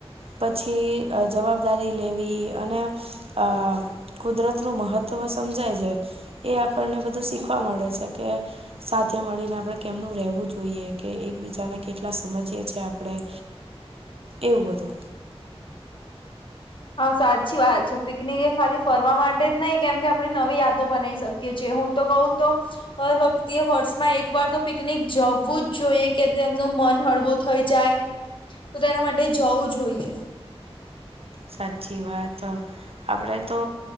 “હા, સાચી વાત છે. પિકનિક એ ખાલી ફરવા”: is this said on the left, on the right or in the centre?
Left